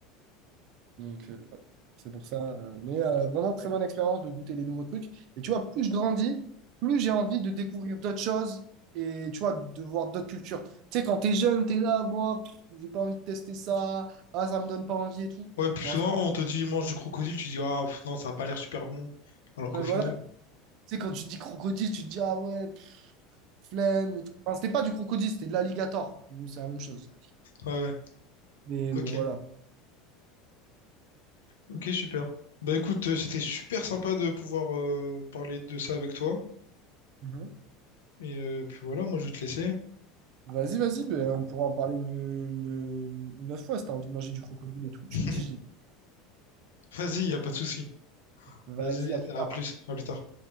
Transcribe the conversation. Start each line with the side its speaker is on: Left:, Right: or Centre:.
Right: Donc, euh, ouais, c'est pour ça. euh, mais euh, vraiment, très bonne expérience de goûter des nouveaux trucs. Et tu vois, plus je grandis, plus j'ai envie de découvrir d'autres choses et tu vois, de voir d'autres cultures. Tu sais, quand t'es jeune, t'es là, moi, pff, j'ai pas envie de tester ça. Ah, ça me donne pas envie et tout.
Left: Ouais, plus
Right: Mais
Left: souvent,
Right: en fait,
Left: on te dit mange du crocodile, tu dis ah pff, non, ça a pas l'air super bon. Alors
Right: ouais,
Left: qu'au final,
Right: voilà. Tu sais, quand tu dis crocodile, tu te dis, ah ouais, pff, flemme et tout. Enfin, c'était pas du crocodile, c'était de l'alligator. Donc, C'est la même chose.
Left: ouais, ouais,
Right: Mais,
Left: ok,
Right: mais voilà.
Left: ok, super. Bah écoute, euh, c'était super sympa de pouvoir euh, parler de ça avec toi.
Right: Mhm.
Left: Et euh, puis voilà, moi je vais te laisser.
Right: Vas-y, vas-y, ben, on pourra en parler une, une, une autre fois si t'as envie de manger du crocodile et tout. Tu
Left: <laughs>
Right: me dis, j'ai.
Left: Vas-y, y a pas de souci.
Right: Vas-y,
Left: Vas-y,
Right: à plus
Left: à
Right: tard.
Left: plus, à plus tard.